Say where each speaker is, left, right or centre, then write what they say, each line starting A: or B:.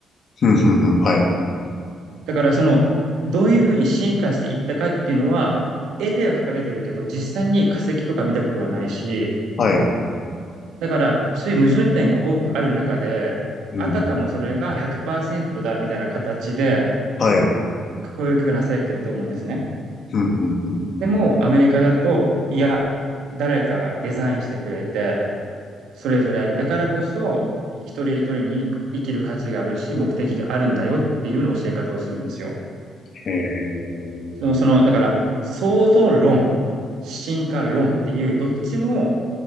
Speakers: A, on the left; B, on the right.
A: ふんふんふん。はい。
B: だからその、どういうふうに進化していったかっていうのは、絵では描かれてるけど、実際に化石とか見たことはないし、
A: はい。
B: だからそういう矛盾点が多くある中で、
A: うん。
B: あたかもそれが100%だみたいな形で
A: はい。
B: 教育がなされてると思うんですね。
A: ふんふんふん。
B: でもアメリカだと、いや、誰かがデザインしてくれて、それぞれだからこそ一人一人に生きる価値があるし、目的があるんだよっていうような教え方をするんですよ。
A: へえ。
B: その、その、だから、創造論、進化論っていう、どっちも、